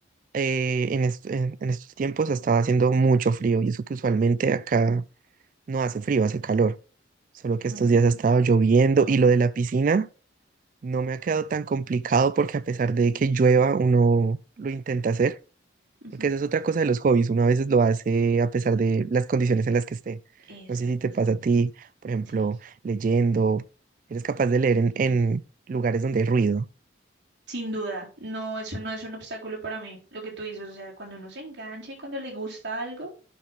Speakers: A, on the right (about 45°); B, on the right (about 65°).
A: eh, en, est- en en estos tiempos estaba haciendo mucho frío y eso que usualmente acá no hace frío, hace calor. Solo que estos
B: Mm,
A: días ha estado lloviendo y lo de la piscina no me ha quedado tan complicado porque a pesar de que llueva, uno lo intenta hacer,
B: ujú,
A: porque esa es otra cosa de los hobbies, uno a veces lo hace a pesar de las condiciones en las que esté.
B: exacto,
A: No sé si te pasa a ti, por ejemplo,
B: sí.
A: leyendo, eres capaz de leer en, en lugares donde hay ruido.
B: Sin duda, no, eso no es un obstáculo para mí, lo que tú dices, o sea, cuando uno se engancha y cuando le gusta algo,